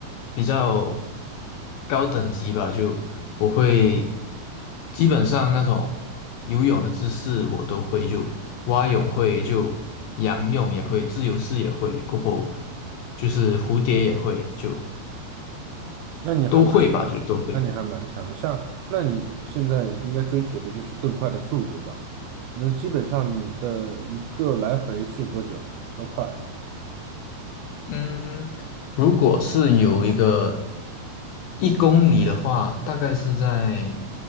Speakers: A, on the left; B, on the right.
A: 比较高等级吧，就我会基本上那种游泳的姿势我都会，就蛙泳会，就仰泳也会，自由式也会，过后就是蝴蝶也会，就
B: 那你还蛮强的，
A: 都会吧，就都会。
B: 那你还蛮强的。像，那你现在应该追求的就是更快的速度吧？那基本上你的一个来回是多久啊多快？
A: 嗯，如果是有一个一公里的话，大概是在